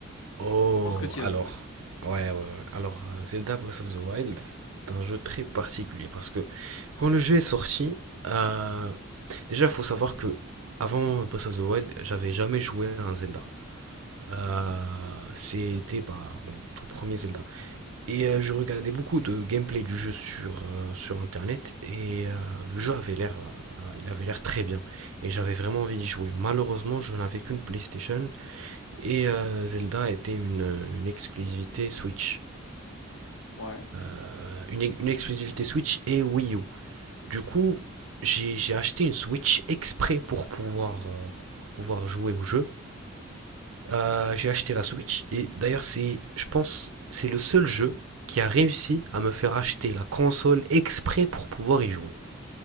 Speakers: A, on the right; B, on the left.
A: Oh,
B: Je pense que tu
A: alors,
B: y as joué.
A: ouais, ouais, ouais. Alors, euh, Zelda Breath of the Wild est un jeu très particulier parce que quand le jeu est sorti, euh, déjà, il faut savoir que avant Breath of the Wild, j'avais jamais joué à un Zelda. Euh, c'était bah, mon tout premier Zelda. Et euh, je regardais beaucoup de gameplay du jeu sur, euh, sur internet et euh, le jeu avait l'air, euh, il avait l'air très bien et j'avais vraiment envie d'y jouer. Malheureusement, je n'avais qu'une PlayStation et euh, Zelda était une, une exclusivité Switch.
B: Ouais,
A: Euh, une, une exclusivité Switch et Wii U. Du coup, j'ai j'ai acheté une Switch exprès pour pouvoir, euh, pour pouvoir jouer au jeu. Euh, j'ai acheté la Switch et d'ailleurs c'est, je pense, c'est le seul jeu qui a réussi à me faire acheter la console exprès pour pouvoir y jouer.